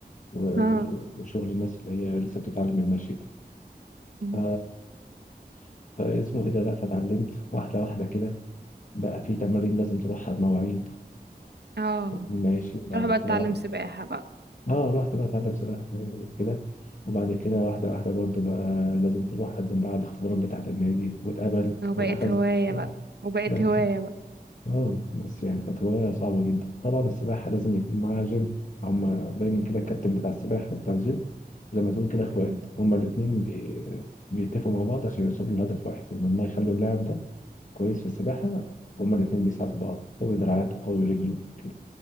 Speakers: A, on the left; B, on the right.
A: و-
B: اه
A: و- وشغل الناس اللي هي لسه بتتعلم المشي ده
B: مم.
A: ف... <laughs> فاسمه ايه ده لا فتعلمت واحده واحده كده بقى في تمارين لازم تروحها بمواعيد
B: اه
A: ماشي وبعد
B: تروح بقى
A: كده
B: تتعلم سباحة بقى
A: اه رحت بقى اتعلم سباحة برضه وكده وبعد كده واحدة واحدة برضه بقى لازم تروح قدم بقى على الاختبارات بتاعة النادي واتقبلت
B: وبقت
A: ودخلت
B: هواية بقى وبقت
A: بقت
B: هواية بقى
A: اه بس يعني كانت هواية صعبة جدا طبعا السباحة لازم يكون معاها جيم هما دايما كده الكابتن بتاع السباحة وبتاع الجيم زي ما تقول كده اخوات
B: مم.
A: هما الاتنين بي... بيتفقوا مع بعض عشان يوصلوا لهدف واحد ان هما يخلوا اللاعب ده كويس في السباحة هما الاتنين بيساعدوا بعض قوي دراعاته قوي رجله كده